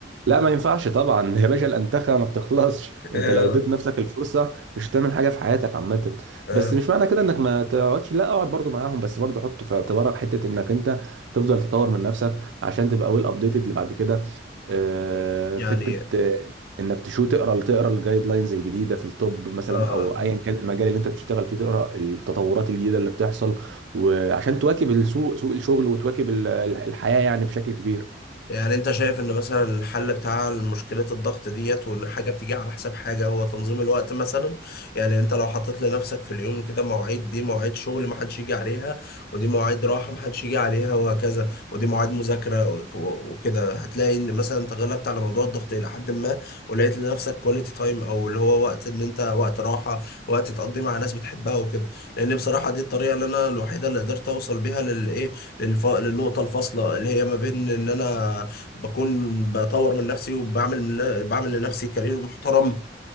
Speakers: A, on the right; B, on the left.
A: لا ما ينفعش طبعا يا باشا الانتخه ما بتخلصش
B: <laughs>
A: انت
B: آه،
A: لو اديت نفسك الفرصه مش هتعمل حاجه في حياتك عامه
B: آه،
A: بس مش معنى كده انك ما تقعدش لا اقعد برضو معاهم بس برضو حط في اعتبارك حته انك انت تفضل تطور من نفسك عشان تبقى ويل ابديتد اللي بعد كده آه،
B: يعني
A: فكره آه، انك تشو تقرا تقرا الجايد لاينز الجديده في الطب مثلا
B: آه
A: او ايا كان المجال اللي انت بتشتغل فيه تقرا التطورات الجديده اللي بتحصل وعشان تواكب السوق سوق الشغل وتواكب ال- الحياه يعني بشكل كبير
B: يعني انت شايف ان مثلا الحل بتاع مشكلة الضغط ديت وان حاجة بتيجي على حساب حاجة هو تنظيم الوقت مثلا يعني انت لو حطيت لنفسك في اليوم كده مواعيد دي مواعيد شغل محدش يجي عليها ودي مواعيد راحة محدش يجي عليها وهكذا ودي مواعيد مذاكرة وك- وكده هتلاقي ان مثلا انت غلبت على موضوع الضغط الى حد ما ولقيت لنفسك كواليتي تايم او اللي هو وقت ان انت وقت راحة وقت تقضيه مع ناس بتحبها وكده لان بصراحة دي الطريقة اللي انا الوحيدة اللي قدرت اوصل بيها للايه الف... للنقطة الفاصلة اللي هي ما بين إن أنا بكون بطور من نفسي وبعمل من... بعمل لنفسي كارير محترم